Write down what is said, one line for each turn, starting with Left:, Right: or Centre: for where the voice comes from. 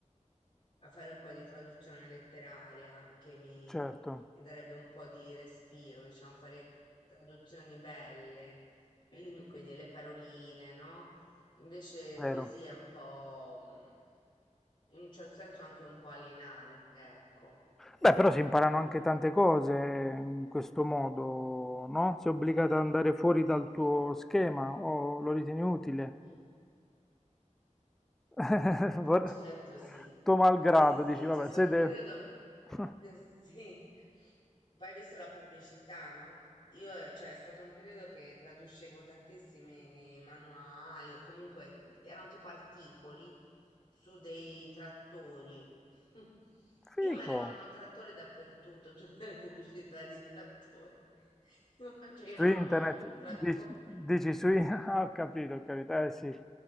Left: a fare un po' di traduzione letteraria che mi,
Centre: Certo,
Left: mi darebbe un po' di respiro, diciamo, fare traduzioni belle, <clears throat> quindi le paroline, no? Invece
Centre: vero.
Left: così è un po', mm, in un certo senso anche un po' alienante, ecco.
Centre: Beh, però si imparano anche tante cose
Left: Mm.
Centre: in questo modo, no? Sei obbligato ad andare fuori dal tuo schema o lo ritieni utile?
Left: mm.
Centre: <laughs> Vor-
Left: Certo, sì.
Centre: Tuo malgrado,
Left: Sì, sì,
Centre: dici, vabbè,
Left: c'è stato
Centre: siete...
Left: un periodo...
Centre: <laughs>
Left: <laughs> Sì, poi hai visto la pubblicità, no? Io, eh, cioè, è stato un periodo che traducevo tantissimi manuali o comunque erano tipo articoli su dei trattori. <laughs>
Centre: Fico.
Left: E mi arrivavano trattori dappertutto, <laughs> tutte le pubblicità di trattori. <laughs> Io, ma cioè, io
Centre: Su
Left: non
Centre: internet,
Left: lo voglio, un trattore.
Centre: dici, dici su internet, <laughs> ho capito, ho capito, eh sì. Eh,